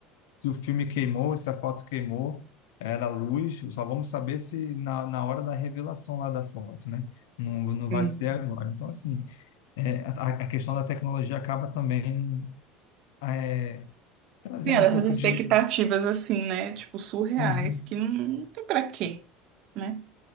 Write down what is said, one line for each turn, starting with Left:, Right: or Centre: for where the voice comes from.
Left: se o filme queimou, se a foto queimou, era luz, só vamos saber se na, na hora da revelação lá da foto, né? Não, não vai
Right: Sim.
Left: ser agora. Então assim, é, a, a questão da tecnologia acaba também é, trazendo
Right: Tem essas
Left: um pouco
Right: expectativas
Left: de...
Right: assim, né? Tipo, surreais,
Left: Uhum.
Right: que não, não tem pra quê, né?